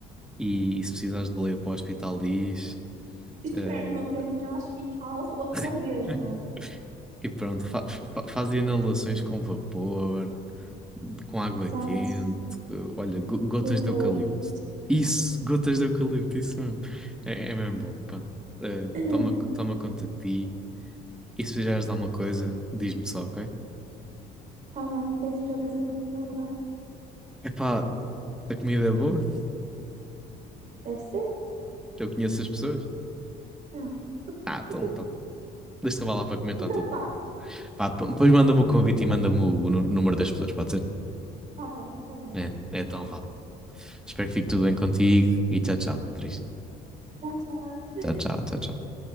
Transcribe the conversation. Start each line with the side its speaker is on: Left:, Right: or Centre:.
Centre: e, e se precisares de leia para o hospital, diz.
Right: Espero
Centre: Eh,
Right: não ter de ir ao hospital <laughs> outra
Centre: <laughs>
Right: vez, não é?
Centre: e pronto, fa fa- faz inalações com vapor, com água
Right: Exato,
Centre: quente, co- olha, go- gotas
Right: puta
Centre: de eucalipto.
Right: lindo.
Centre: Isso, gotas de eucalipto, isso mesmo. É, é mesmo bom. Pronto. Eh,
Right: <clears throat>
Centre: toma, toma conta de ti e se precisares de alguma coisa, diz-me só, ok?
Right: Tá bem, queres ir ao casamento no meu lugar?
Centre: Epá, a comida é boa,
Right: Deve ser?
Centre: eu conheço as pessoas.
Right: Não.
Centre: Ah, então,
Right: <laughs>
Centre: tá Deixa-te lá para comentar
Right: Então
Centre: tudo
Right: passo.
Centre: bem. Pá, p- depois manda-me o convite e manda-me o nu- número das pessoas, pode ser?
Right: Tá bem, Tá bem.
Centre: É, é então vá. Espero que fique tudo bem contigo e tchau, tchau, Beatriz.
Right: Tchau, tchau.
Centre: Tchau, tchau, tchau, tchau.